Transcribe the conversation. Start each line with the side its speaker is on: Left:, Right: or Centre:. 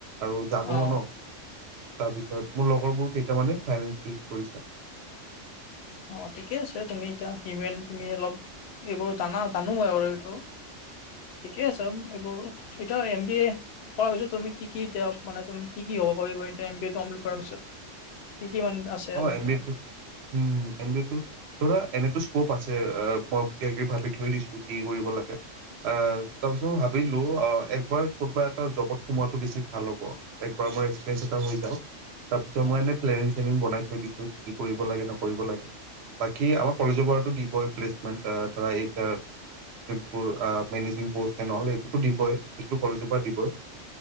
Right: আৰু জানোও
Left: অ',
Right: ন তাৰপিছত মোৰ লগৰবোৰ কেইটামানে ফাইনেন্স শেষ কৰিছে।
Left: অ ঠিকে আছে তুমি এতিয়া হিউমেন তুমি অলপ এইবোৰ জানা জানো মই আৰু এইটো ঠিকে আছে এইবোৰ এতিয়া এম বি এ কৰাৰ পিছত তুমি কি কি এতিয়া মানে তুমি কি কি হব পাৰিব এতিয়া এম বি এ কমপ্লিট কৰাৰ পিছত কি মানে আছে
Right: অ
Left: আৰু এতিয়া?
Right: এম বি
Left: মানে?
Right: এটো হম হম এম বি এ ধৰা এনেটো স্পক আছে মই কিবা কিবি ভাবি থৈ দিছো কি কৰিব লাগে। তাৰ পাছত ভাবিলোঁ অ এক বাৰ কোনবা এটা জপৰ সোমোৱাটো বেছি ভাল হব এক বাৰ মই তাৰপিছত
Left: অ'।
Right: মই এ প্লে চনি বনাই থৈ দিছো কি কি কৰিব লাগে নকৰি লাগে। বাকী আমাৰ কলেজৰ পৰাতো দিবই প্লেচমেন্ট ধৰা এছ আৰ বোৰ আপ মেনিজিগ পস নহলে এইটোতো দিবই কলেজৰ পৰা দিবই